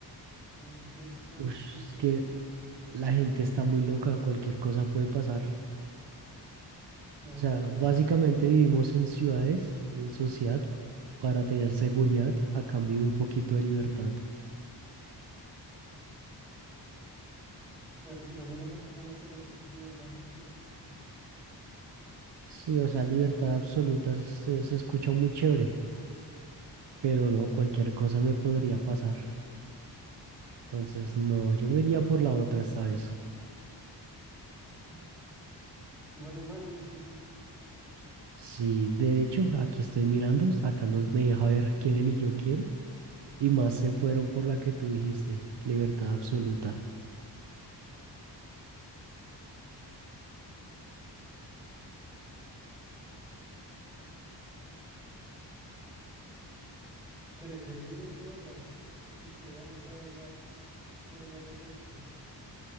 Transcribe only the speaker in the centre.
a mí me interesa saber
tu punto
de vista.
Claro,
igual es
cierto.
Claro, si lo pones más como en esa perspectiva, igual es cierto.
Exacto.
Mm. Igual es válido, siento yo.
Dale, mira, yo tengo otra. <laughs> Igual está media Media potente.